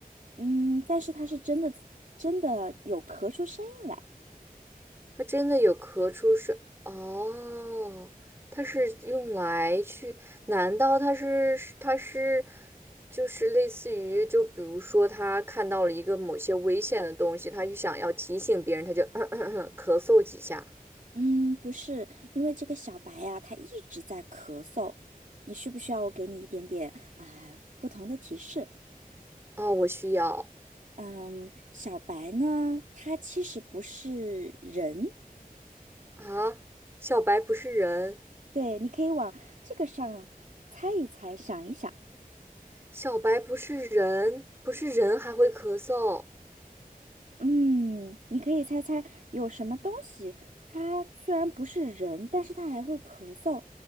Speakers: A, on the right; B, on the right.
A: 嗯，但是他是真的真的有咳出声音来，
B: 它真的有咳出声哦，它是用来去？难道它是它是就是类似于就比如说他看到了一个某些危险的东西，他就想要提醒别人，他就 <clears throat> 咳咳咳咳嗽几下。
A: 嗯，不是，因为这个小白呀，他一直在咳嗽，你需不需要我给你一点点啊，不同的提示？
B: 哦，我需要
A: 嗯，小白呢，他其实不是人，
B: 啊！小白不是人，
A: 对，你可以往这个上猜一猜，想一想。
B: 小白不是人，不是人还会咳嗽。
A: 嗯，你可以猜猜有什么东西，它虽然不是人，但是它还会咳嗽。